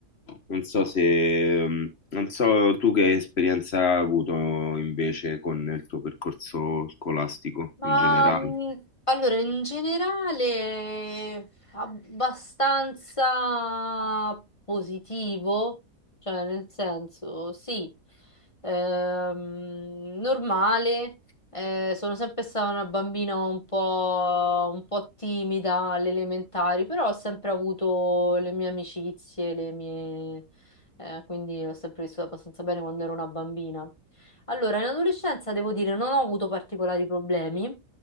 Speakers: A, on the left (about 40°); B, on the left (about 20°).
A: Non so se, mh, non so tu che esperienza hai avuto invece con il tuo percorso scolastico
B: Ma
A: in generale.
B: mh, allora, in generale abbastanza positivo, cioè nel senso, sì, ehm, normale, eh, sono sempre stata una bambina un po', un po' timida alle elementari, però ho sempre avuto le mie amicizie, le mie, eh, quindi l'ho sempre vissuta abbastanza bene quando ero una bambina. Allora, in adolescenza devo dire non ho avuto particolari problemi,